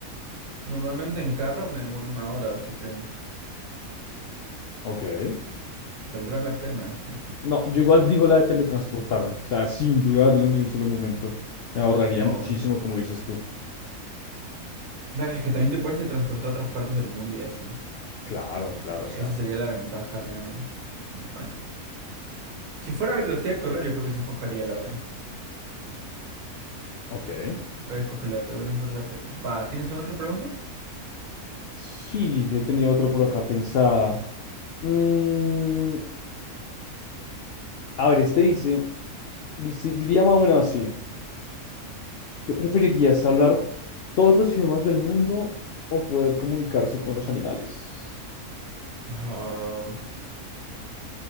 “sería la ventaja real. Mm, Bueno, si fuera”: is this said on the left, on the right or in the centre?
Right